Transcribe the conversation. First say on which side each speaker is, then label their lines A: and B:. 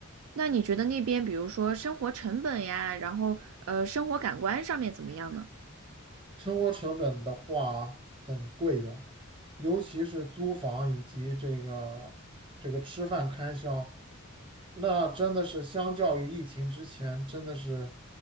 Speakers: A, on the right; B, on the right.
A: 那你觉得那边比如说生活成本呀，然后呃生活感官上面怎么样呢？
B: 生活成本的话很贵的，尤其是租房以及这个这个吃饭开销，那真的是相较于疫情之前，真的是